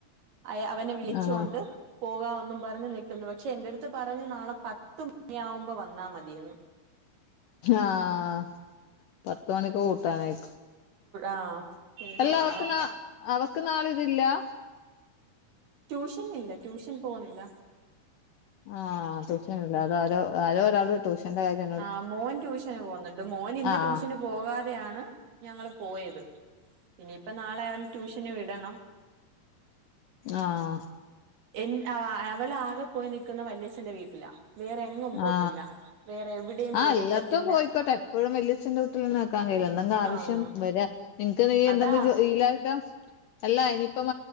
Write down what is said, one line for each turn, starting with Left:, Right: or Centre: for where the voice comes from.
Right: അ അവനെ വിളിച്ചൊണ്ട്
Left: ആഹ്
Right: പോകാ ഒന്നും പറഞ്ഞു നിൽക്കുന്നു പക്ഷെ എന്റെ അടുത്ത് ത്ത് പറഞ്ഞു നാളെ പത്ത് മണിയാാവുമ്പോ വന്നാ മതിയന്ന്
Left: ആഹ പത്ത് മണിക്ക് കൂട്ടാനായിക്കും
Right: ആഹ് എന്തുവാണോ
Left: അല്ല അവക്ക് നാ അവക്ക് നാള ഇതില്ലാ
Right: ട്യൂഷൻ ഇല്ല ട്യൂഷൻ പോകുന്നില്ല
Left: ആഹ <unintelligible> അതരോ ആരോ ഒരാള് ടൃൂഷന്റെ കാര്യ
Right: ആഹ് മോൻ ട്യൂഷന് പോകുന്നുണ്ട് മോ ഇന്ന്
Left: ആഹ്
Right: ട്യൂഷന് പോകാതെയാണ് ഞങ്ങൾ പോയത് ഇനിപ്പ നാളെ അവൻ ട്യൂഷന് വിടണം.
Left: ആഹ
Right: എൻ അവളാകെ പോയി നിൽക്കുന്ന വല്യേച്ചന്റെ വീട്ടിലാ വേറെ എങ്ങും പോത്തില്ല
Left: ആ
Right: വേറെ എവിടെയും
Left: ആ
Right: പോയി
Left: അല്ലാത്തും
Right: നിക്കത്തില്ല
Left: പോയിക്കോട്ടെ എപ്പോഴും വല്യേച്ഛന്റെ കു നിക്കാൻ കഴയില്ല എന്തെങ്കും ആവശ്യം
Right: ആഹ്
Left: വരാ നിങ്ങക്ക് നീ
Right: അതാ
Left: എന്തെങ്കും <unintelligible> യിലട്ട അല്ല ഇനിയിപ്പം